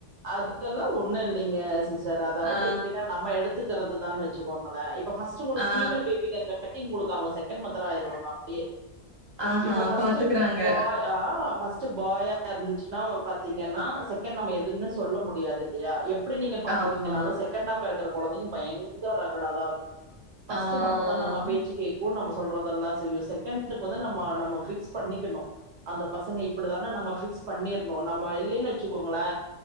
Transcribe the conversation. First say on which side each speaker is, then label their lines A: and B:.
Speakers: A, on the right (about 65°); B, on the right (about 25°).
A: அத் எல்லா ஒண்ணு இல்லிங்க சிஸர் அதாவ்து
B: ஆ
A: எப்டினா நம்ம எடுத்துக்கிறதுதான் வச்சுக்கோங்களே ப்ப ஃபஸ்ட் உங்களுக்
B: ஆ
A: ஃபீமேல் பேபிங்கல்காட்டி உங்களுக் அவங்க செகண்ட் மதர் ஆயிருவோம் அப்டியே
B: ஆஹா
A: இப்போ ஃபஸ்ட்டு
B: பாத்துக்கறாங்க
A: பாய் ஆ ஃபஸ்ட்டு பாயா ஆ இருந்துச்சுன்னா பாத்தீங்கன்னா செகண் நம்ம எதுன்னு சொல்ல முடியாது இல்லயா ப்டி நீங்க பாத்தீங்கனாலா
B: ஆமா
A: செகண்டா பெறக்குற குழந்தைங்க பயங்கர டாட்டாதாடா இருக்கு பஸ்ட்டு
B: ஆ
A: மட்டுதா நம்ம பேச்சு கே கூட் நம்ம சொல்றதெல்லா செய்யு செகன் க்கு வந்து நம்ம நம்ம ஃபிக்ஸ் பண்ணிக்கணு அந்த பசங்க இப்டிதானா நம்ம ஃபிக்ஸ் பண்ணீர்ணு நம்ம இல்லின்னு வச்சுக்கோங்ளே